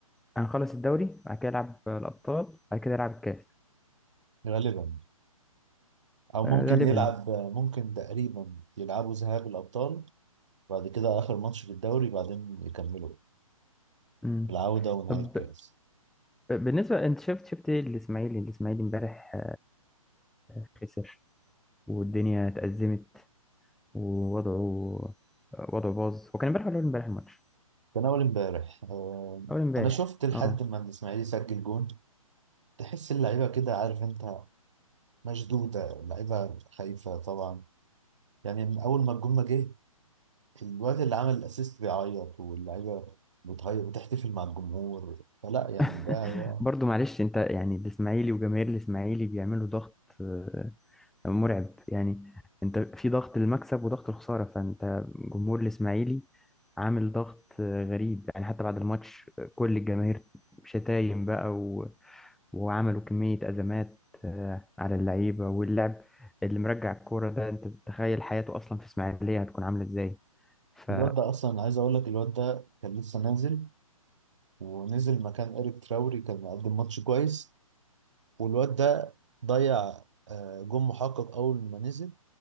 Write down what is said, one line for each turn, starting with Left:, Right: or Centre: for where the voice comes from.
Centre: هنخلص الدوري بعد كده يلعب الابطال بعد كده يلعب الكاس
Right: غالبا او ممكن
Centre: أه غالبا
Right: يلعب ممكن تقريبا يلعبوا ذهاب الابطال بعد كده اخر ماتش في الدوري بعدين يكملوا
Centre: مم.
Right: العوده ونهائي
Centre: طب
Right: الكاس
Centre: بالنسبه انت شفت شفت ايه الاسماعيلي الاسماعيلي امبارح آه، خسر والدنيا اتأزمت ووضعه آه، وضعه باظ هو كان امبارح ولا أول امبارح الماتش
Right: كان اول امبارح آه،
Centre: اول امبارح
Right: انا شفت لحد
Centre: اه
Right: ما الاسماعيلي يسجل جون تحس اللعيبه كده عارف انت مشدوده اللعيبه خايفه طبعا يعني من اول ما الجون ما جه الواد اللي عمل الاسيست بيعيط واللعيبه بتهيأ بتحتفل مع الجمهور فلا يعني
Centre: <laughs>
Right: ده ده-
Centre: برضو معلش انت يعني الاسماعيلي وجماهير الاسماعيلي بيعملوا ضغط آه، مرعب يعني انت في ضغط المكسب وضغط الخسارة فانت جمهور الاسماعيلي عامل ضغط آه، غريب يعني حتى بعد الماتش آه، كل الجماهير شتايم بقى و... وعملوا كمية أزمات آه، على اللعيبة واللعب اللي مرجع الكورة ده انت تخيل حياته أصلا في اسماعيلية هتكون عاملة ازاي ف
Right: الواد ده اصلا عايز اقول لك الواد ده كان لسه نازل ونزل مكان إيريك تراوري كان مقدم ماتش كويس والواد ده ضيع آه، جون محقق أول ما نزل